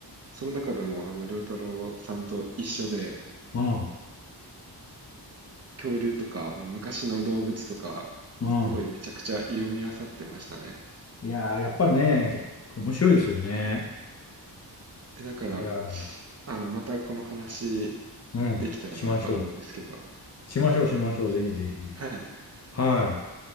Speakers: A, on the right; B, on the left.
A: その中でも、あの、良太郎さんと一緒で、
B: い。うん。
A: 恐竜とか、あの、昔の動物とか、
B: うん。
A: すごいめちゃくちゃ読み漁ってましたね。
B: いやー、やっぱりね、面白いですよね。
A: え、だから、
B: いやー、
A: あの、またこの話
B: うん、
A: できたらなと思うんですけど。
B: しましょう。しましょう、しましょう。ぜひぜひ。
A: はい。
B: は